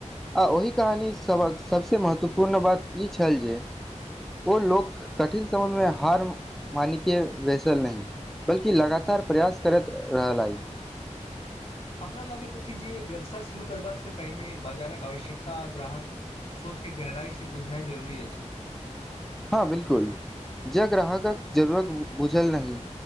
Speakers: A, in the centre; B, on the left (about 50°).
A: आ ओहि कहानीसभक सबसं महत्वपूर्ण बात इ छल जे ओ लोक कठिन समयमे हार मानि के बैसल नहि बल्कि लगातार प्रयास करैत रहलै।
B: हमरा लगैत अछि जे व्यवसाय शुरू करबा से पहिने बाजारक आवश्यकता, ग्राहकक सोचके गहराइसं बुझनाइ जरूरी अछि।
A: हां बिलकुल, जं ग्राहकक जरूरत बुझल नहि